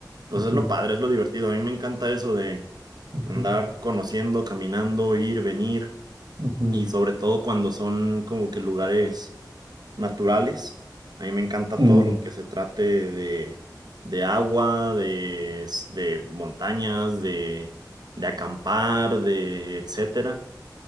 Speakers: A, on the right (about 65°); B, on the right (about 85°).
A: pues
B: Ujú,
A: es lo padre, es lo divertido. A mí me encanta eso de
B: ujú,
A: andar conociendo, caminando, ir, venir
B: ujú.
A: y sobre todo cuando son como que lugares naturales. A mí me encanta
B: Mm,
A: todo lo que se trate de, de agua, de, s- de montañas, de, de acampar, de etcétera.